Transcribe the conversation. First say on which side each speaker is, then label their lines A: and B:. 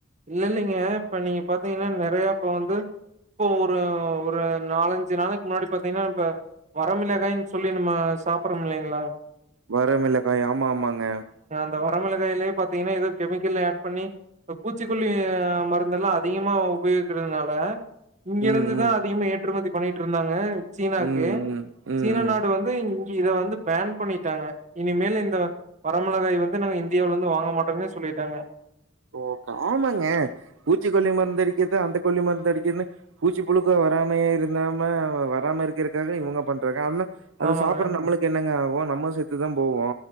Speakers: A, on the right; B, on the right.
A: இல்ல இல்லேங்க இப்ப நீங்க பாத்தீங்கன்னா நெறைய இப்ப வந்து இப்போ ஒரு ஒரு நாலஞ்சி நாளைக்கு முன்னாடி பாத்தீங்கன்னா இப்ப வரமிளகாயின்னு சொல்லி நம்ம சாப்ரோமில்லைங்ளா
B: வரமிளகாய் ஆமா ஆமாங்க
A: இந்த வரமிளகாய்யிலே பாத்தீங்கன்னா எதோ கெமிக்கல் ஆட் பண்ணி இப்ப பூச்சிக்கொல்லி மருந்தெல்லா அதிகமா உபயோகிக்கிறனால இங்கருந்துதா
B: ம் ம்
A: அதிகமா ஏற்றுமதி பண்ணிட்டு இருந்தாங்க சீனாக்கு
B: ம் ம் ம்
A: சீன
B: ம்
A: நாடு வந்து இங்க இத வந்து பேன் பண்ணிட்டாங்க இனிமேல் இந்த வரமிளகாய் வந்து நாங்க இந்தியாவுலருந்து வாங்க மாட்டோங்கன்னே சொல்லிட்டாங்க
B: ஓ காமாங்க பூச்சிக்கொல்லி மருந்து அடிக்கிறது அந்த கொல்லி மருந்து அடிக்கன்னு பூச்சி புழுக்க வராமையே இருந்தாம வராம இருக்கிறதுக்காக இவங்க பண்றாங்க அம்ம அத
A: ஆமாங்க
B: சாப்ற நம்மளுக்கு என்னங்க ஆகு நம்ம செத்துதா போவோ